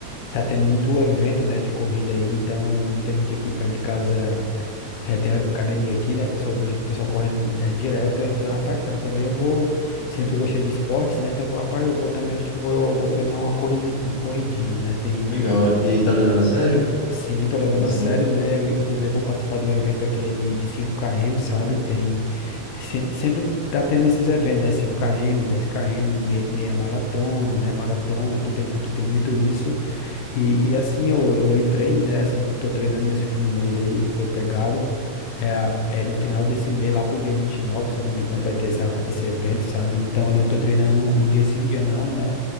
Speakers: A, on the left; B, on the left.
A: tá tendo muito evento, né, de corrida aí. Então, muita gente aqui perto de casa. É, tem a academia aqui, né? O pessoal, eu vejo o pessoal correndo é, direto. Aí eu falei, rapaz, cara, também eu vou. Sempre gostei de esportes, né? Então eu falei, rapaz, eu vou também, acho que eu vou, eu vou treinar uma corrida, uma corridinha, né? Tem,
B: Legal. E aí, tá levando a sério?
A: Sim, tô levando
B: Assim?
A: a sério, né? Eu, inclusive, vou participar de um evento aqui de, de cinco km sabe? Tem, se- sempre tá tendo esses eventos, né? cinco km 10km, me- meia maratona, né? Maratona, aqui tem, aqui tem muito isso. E, e assim, eu, eu entrei, né? Assim, tô treinando nesse último mês aí, tô pegado. É, a- é no final desse mês, lá pro dia 29 se eu não me engano, vai ter essa, esse evento, sabe? Então, ali eu tô treinando um dia sim, um dia não, né?